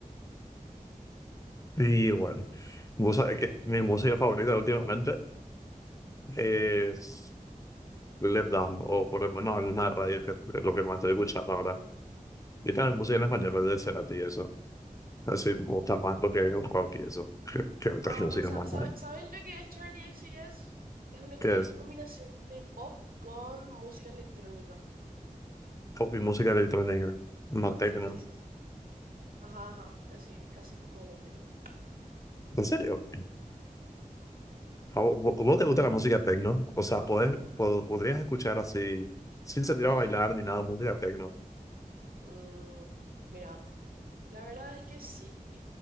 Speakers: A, on the left; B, on the right.
A: Sí, igual. Vos sabés que mi música favorita últimamente es Left Down, o por ejemplo no alguna radio, que es lo que más estoy escuchando ahora. Y también
B: Ajá.
A: música en español de Cerati y eso. Así me gusta más porque es el rock y eso, que, que otras
B: Ah,
A: músicas
B: sa-
A: más
B: sabe-
A: buenas.
B: ¿sabes lo que es Charlie X XCX? Es una
A: Que
B: col-
A: es
B: combinación de pop con música electrónica.
A: pop y música electrónica, no techno.
B: Sí, sí, sí, sí, sí. Ajá, ajá, casi, casi como una tecno.
A: En serio, ¿a vo- vo- vos, te gusta la música techno? O sea, poder, pod- podrías escuchar así, sin salir
B: Ah.
A: a bailar ni nada, música techno.
B: Mm, mira, la verdad es que sí,